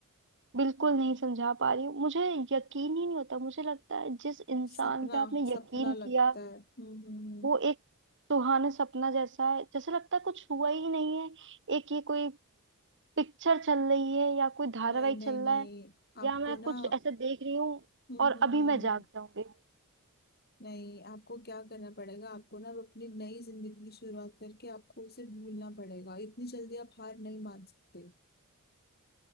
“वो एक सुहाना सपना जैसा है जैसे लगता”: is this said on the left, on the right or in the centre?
Right